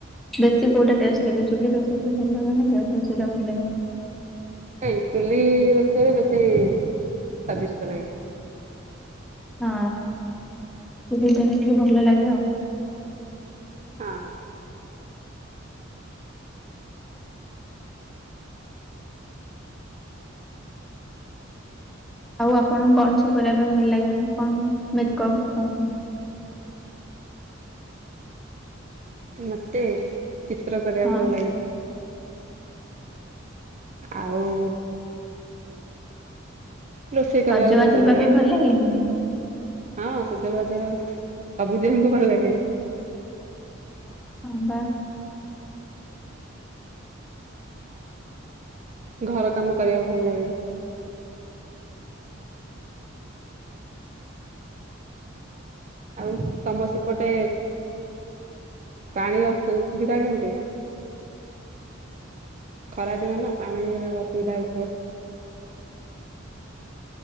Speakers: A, in the centre; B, on the right (about 35°).
A: ବେଶୀ କୋଉଟା ଲ ଚ ରେଇ ଭଲ ରେଇ ଭଲ ଲେ <unintelligible>
B: ନାଇଁ ଚୁଲି ରୋଷେଇରେ ବେଶୀ ସ୍ଵାଦିଷ୍ଟ ଲାଗେ
A: ହଁ ଚୁଲିରେ ଟିକେ ଭଲ ଲାଗେ ଆଉ
B: ହଁ
A: ଆଉ ଆପଣଙ୍କୁ କଣ ସବୁ କରିବା ପାଇଁ ଭଲ ଲାଗେ କଣ ମେକପ
B: ମତେ ଚିତ୍ର କରିବା
A: ହଁ
B: ଭଲ ଲାଗେ ଆଉ ରୋଷେଇ କରିବାକୁ
A: ସଜବାଜ
B: ବି
A: ହେବା
B: ଲାଗେ।
A: ପାଇଁ ଭଲ ଲାଗେନି କି
B: ହଁ ସଜବାଜ ହେବାକୁ ସବୁ ଝିଅଙ୍କୁ ଭଲ ଲାଗେ
A: ହଁ ବା
B: ଘର କାମ କରିବାକୁ ଭଲ ଲାଗେ ଆଉ ତମ ସେପଟେ ପାଣି ଅସୁ ଅସୁବିଧା କେମିତି ଖରା ଯିବ ନା ପାଣି ଅସୁବିଧା ହେଉଥିବ
A: ଆ <inaudible>